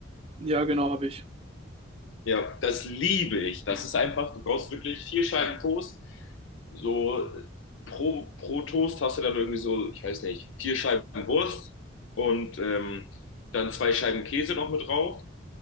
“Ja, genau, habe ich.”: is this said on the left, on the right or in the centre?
Right